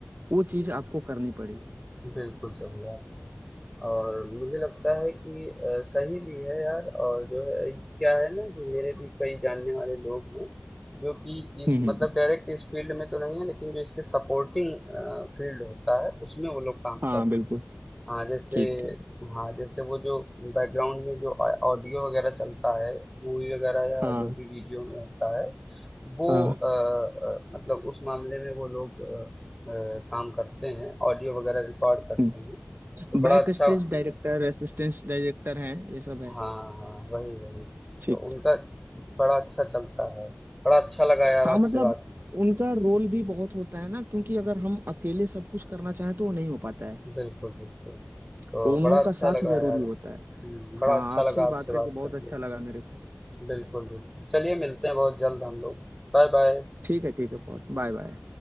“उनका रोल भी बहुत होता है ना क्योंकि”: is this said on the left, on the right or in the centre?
Right